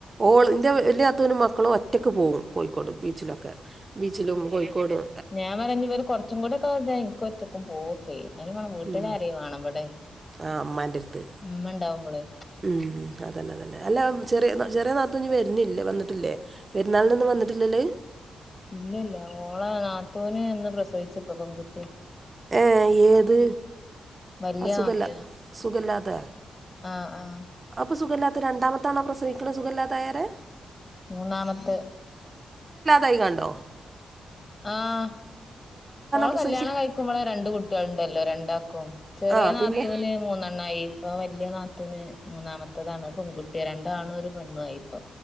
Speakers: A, on the right; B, on the left.
A: ഓള് ഇന്റെ വെല്ല്യ നാത്തൂൻ്റെ മക്കളും ഒറ്റക്ക് പോവും കോഴിക്കോട്. ബീച്ചിലൊക്കെ ബീച്ചിലും കോഴിക്കോടും.
B: ഞാം പറ്യാ ഞ് വര് കൊർച്ചും കൂടെക്കെ വെൽതായ ഇൻക്കൊറ്റക്കും പോവൊക്കെയ്യ. അതിന് വേണം വീട്ടിലാരേം
A: ഉം
B: വേണം ഇവടെ
A: ആ അമ്മാൻ്റെ അടുത്ത്
B: ഉമ്മ ഉണ്ടാവുമ്പോളേ
A: ഉം അതല്ലേ അതേല്ലേ? അല്ല ചെറ്യ ചെറ്യ നാത്തും ഇഞ്ഞി വരുന്ന്ല്യേ വന്നിട്ടില്ലേ പെരുന്നാളിന്നും വന്നിട്ടില്ലേല്
B: ഇല്ലല്ല ഓള നാത്തൂന് ന്ന് പ്രസവിച്പ്പ പെങ്കുട്ടിയ.
A: ഏ ഏത്
B: വല്യ
A: അ സുഖല്ല
B: നാത്തൂന്
A: സുഖല്ലാതെ
B: ആഹ് ആഹ്
A: പ്പൊ സുഖല്ലാത്ത രണ്ടാമത്താണോ പ്രസവിക്കിണ് സുഖല്ലാത്തായരെ?
B: മൂന്നാമത്ത്
A: <inaudible> യി കാണ്ടോ
B: ആഹ് ഓളെ
A: പ്രസവിച്ചേ
B: കല്യാണം കഴിക്കുമ്പോളെ രണ്ട് കുട്ടികളുണ്ടല്ലോ രണ്ടാക്കും ചെറിയ
A: ആഹ്
B: നാത്തൂന്
A: പിന്നെ
B: മൂന്നെണ്ണായി ഇപ്പൊ വല്ല്യ നാ നാത്തൂന് മൂന്നാമത്തതാണ് പെങ്കുട്ട്യ രണ്ടാണ് ഒരു പെണ്ണുവായി പ്പൊ.